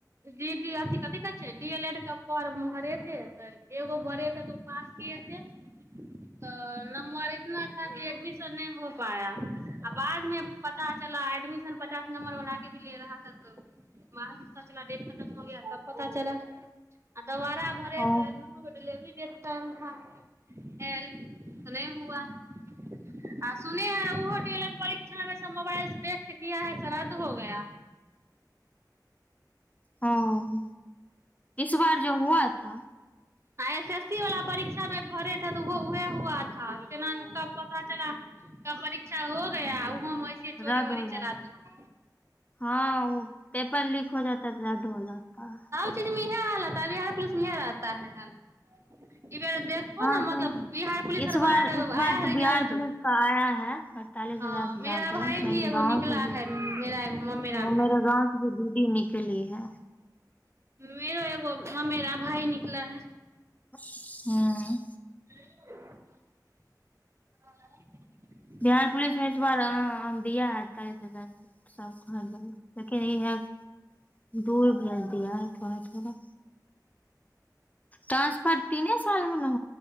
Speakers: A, on the right; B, on the left.
A: दीदी अथि कथि कहै छै डी एल एड के फॉर्म भरे थे त एगो भरे थे तऽ ओ पास किये थे।
B: <inaudible>
A: तऽ नम्बर इतना था कि एडमिशन नइ हो पाया। आ बाद मे पता चला एडमिशन पचास नम्बर वला के भी ले रहा था सो बाद में पता चला डेट खतम हो गया तब पता चला आ दोबारा भरे
B: ओ
A: त दुनू गो डिलेवरी डेट टाइम था एल त नै हुआ। आ सुने हैं ओहो डी एल एड परीक्षा मे मोबाइल से देख के किया है से रद्द हो गया।
B: हँ इस बार जो हुआ था।
A: आ एस एस सी वाला परीक्षा मे भरे थ तऽ ओ उहे हुआ था केना ने कब पता चला कब परीक्षा हो गया उहो में ऐसे चोरी
B: रद
A: वोरी
B: होगा
A: चला था
B: त हँ ओ पेपर लीक हो जाता तऽ रद्द हो जाता।
A: हर चीज में इहे हाल होता है बिहार पुलस मे ईहे रहता है हाल, ऐ बेर देख। और
B: हाँ
A: न मतलब
B: तो
A: बिहार पुलिस
B: इस
A: आर बला
B: बार इस
A: आया
B: बार
A: है
B: तो
A: रिजल्ट
B: बिहार पुलिस का आया है। चालीस
A: हाँ
B: हजार से
A: मेरा
B: जादे
A: भाई
B: मेरे
A: भी एगो
B: गाँव
A: निकला
B: से भी
A: है मेरा एगो ममेरा
B: ओ
A: भाई
B: मेरे गाँव जे दीदी मे केली है।
A: मेरो एगो मेरा भाई निकला है।
B: हँ।
A: ह <unintelligible>
B: बिहार पुलिस मे इसबार दिया है अड़तालीस हजार सब कह जा लेकिन इह <unintelligible> दूर भेज दिया है थोड़ा थोड़ा ट्रान्सफर तीने साल मे न